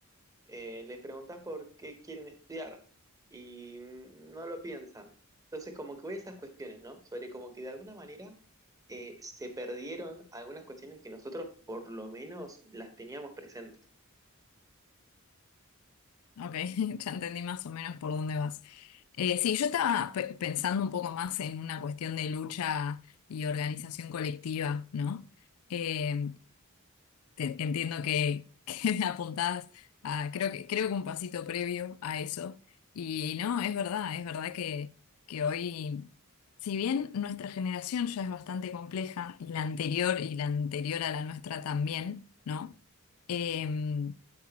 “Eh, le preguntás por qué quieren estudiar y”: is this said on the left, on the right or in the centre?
Right